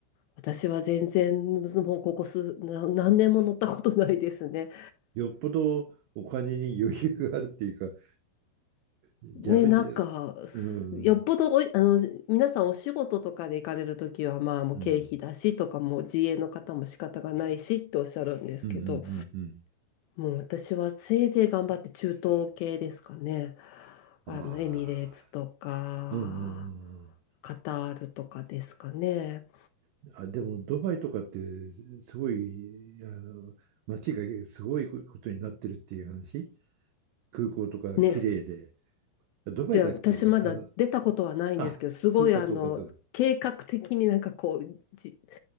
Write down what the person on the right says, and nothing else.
よっぽどお金に余裕があるっていうか、ギャブで、
うん。うん。
うん
うんうんうん。
ああ
うんうん
うんあ。でもドバイとかってすごい、あの、街がすごいことになってるっていう話空港とか綺麗で。
ドバイだっけあの、
あ、
そうかそうかそう。